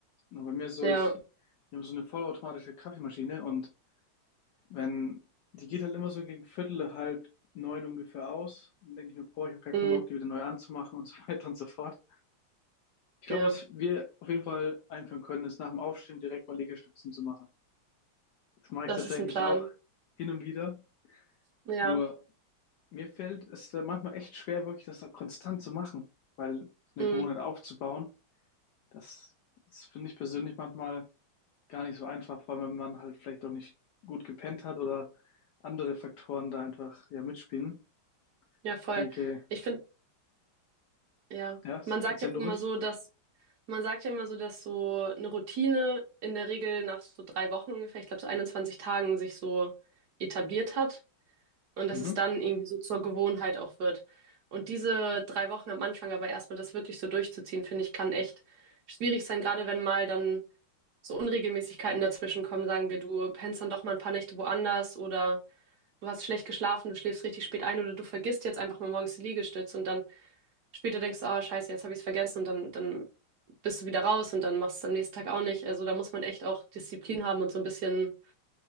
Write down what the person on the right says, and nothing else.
Ja,
mm,
ja,
das
ist ein Plan.
Ja,
mm,
ja, voll.
Ich finde, ja,
man sagt
ja auch
immer
so, dass, man sagt ja immer so, dass so eine Routine in der Regel nach so drei Wochen ungefähr, ich glaube so 21 Tagen sich so etabliert hat. Und dass
es dann irgendwie so zur Gewohnheit auch wird. Und diese drei Wochen am Anfang aber erstmal das wirklich so durchzuziehen, finde ich, kann echt schwierig sein, gerade wenn mal dann so Unregelmäßigkeiten dazwischen kommen. Sagen wir, du pennst dann doch mal ein paar Nächte woanders oder du hast schlecht geschlafen, du schläfst richtig spät ein oder du vergisst jetzt einfach mal morgens die Liegestütze und dann später denkst du, oh Scheiße, jetzt habe ich es vergessen und dann, dann bist du wieder raus und dann machst du es am nächsten Tag auch nicht. Also da muss man echt auch Disziplin haben und so ein bisschen